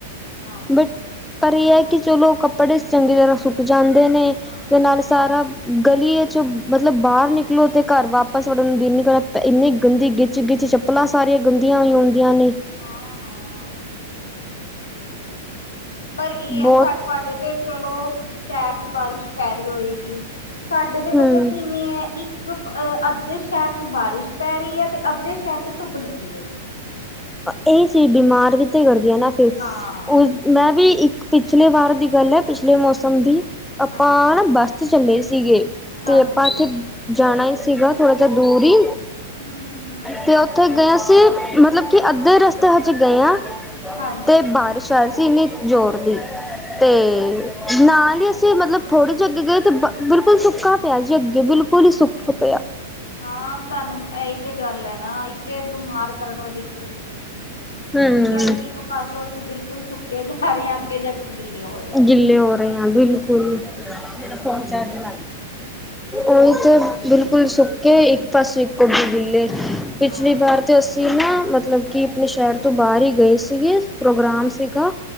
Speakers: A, on the left; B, in the centre.
A: ਹਾਂ-ਹਾਂ,
B: ਬਟ ਪਰ ਇਹ ਹੈ ਕਿ ਚਲੋ ਕੱਪੜੇ ਚੰਗੀ ਤਰ੍ਹਾਂ ਸੁੱਕ ਜਾਂਦੇ ਨੇ
A: ਹਾਂ,
B: ਤੇ ਨਾਲੇ ਸਾਰਾ ਗਲੀਏ ਚ ਮਤਲਬ ਬਾਹਰ ਨਿਕਲੋ ਤੇ ਘਰ ਵਾਪਸ ਵੜਨ ਨੂੰ ਦਿਨ ਨੀ ਕਰਦਾ ਇੰਨੀ ਗੰਦੀ ਗਿੱਤ ਚਿੱਗੀ ਚ ਚੱਪਲਾਂ ਸਾਰੀਆਂ ਗੰਦੀਆਂ ਹੀ ਹੁੰਦੀਆਂ ਨੇ
A: ਹਾਂ ਹਾਂ ਠੀਕ ਏ ਪਰ ਇਹ
B: ਬਹੁਤ
A: ਆ ਸਾ ਤੁਹਾਡੇ ਤੇ ਚਲੋ ਸ਼ਹਿਰ ਚ ਬਾਰਿਸ਼ ਪੈ ਰਹੀ ਹੋਏਗੀ ਸਾਡੇ ਤੇ
B: ਹਮ
A: ਪਤਾ ਕਿੰਨੀ ਏ ਇੱਕ ਇੱਕ ਅਹ ਅੱਧੇ ਸ਼ਹਿਰ ਚ ਬਾਰਿਸ਼ ਪੈ ਰਹੀ ਹੈ ਤੇ ਅੱਧੇ ਸ਼ਹਿਰ ਚ ਧੁੱਪ ਨਿਕਲੀ ਹੋਈ
B: ਇਹ ਚੀਜ਼ ਬੀਮਾਰ ਵੀ ਤੇ ਕਰਦੀ ਹੈ ਨਾ ਫਿਰ
A: ਹਾਂ,
B: ਉਸ ਮੈਂ ਵੀ ਇੱਕ ਪਿਛਲੇ ਵਾਰ ਦੀ ਗੱਲ ਹੈ ਪਿਛਲੇ ਮੌਸਮ ਦੀ ਆਪਾਂ
A: ਹਾਂਜੀ।
B: ਬਸ ਚ ਚੱਲੇ ਸੀਗੇ
A: ਹਾਂਜੀ,
B: ਤੇ ਆਪਾਂ ਇੱਥੇ ਜਾਣਾ ਹੀ ਸੀਗਾ ਥੋੜਾ ਜਿਹਾ ਦੂਰ ਹੀ
A: ਹਮ ਹਮ ਹਮ
B: ਤੇ ਉੱਥੇ ਗਏ ਸੀ ਮਤਲਬ ਕਿ ਅੱਧੇ ਰਸਤੇ ਹਾਂਜੀ ਗਏ ਆ
A: ਹਾਂਜੀ।
B: ਤੇ ਬਾਰਿਸ਼ ਆ ਰਹੀ ਸੀ ਇੰਨੀ ਜ਼ੋਰ ਦੀ ਤੇ
A: ਅੱਛਾ,
B: ਨਾਲ ਹੀ ਅਸੀਂ ਮਤਲਬ ਥੋੜ੍ਹੇ ਜਿਹੇ ਅੱਗੇ ਗਏ ਤੇ ਬਿਲਕੁਲ ਸੁੱਕਾ ਪਿਆ ਜੀ ਅੱਗੇ ਬਿਲਕੁਲ
A: ਹਾਂ।
B: ਹੀ ਸੁੱਕਾ ਪਿਆ
A: ਹਾਂ ਤੁਹਾਨੂੰ ਇਹੀ ਤੇ ਗੱਲ ਹੈ ਨਾ ਇੱਕ ਤੇ ਇਹ ਬਿਮਾਰ ਕਰਨ ਵਾਲੀ ਚੀਜ਼ ਏ ਠੀਕ
B: ਹੂੰ
A: ਹੈ ਇੱਕ ਪਾਸੋਂ ਅਸੀਂ ਬਿਲਕੁਲ ਸੁੱਕੇ ਜਾ ਰਹੇ ਹਾਂ ਅੱਗੇ ਜਾ ਕੇ ਗਿੱਲੇ ਹੋ ਰਹੇ ਹਾਂ।
B: ਗਿੱਲੇ ਹੋ ਰਹੇ ਆ ਬਿਲਕੁਲ ਫੋਨ ਚਾਰਜ ਲਾ ਉਹੀ ਤੇ ਬਿਲਕੁਲ ਸੁ ਕੇ ਇੱਕ ਪਾਸੇ ਇੱਕ ਅੱਗੇ
A: ਹਾਂ
B: ਗਿੱਲੇ ਪਿਛਲੀ
A: ਹਾਂ
B: ਵਾਰ ਤੇ ਅ ਤੇ ਨਾ ਮਤਲਬ ਕਿ ਆਪਣੇ ਸ਼ਹਿਰ ਤੋਂ ਬਾਹਰ ਹੀ ਗਏ ਸੀਗੇ। ਪ੍ਰੋਗਰਾਮ
A: ਹਾਂਜੀ
B: ਸੀਗਾ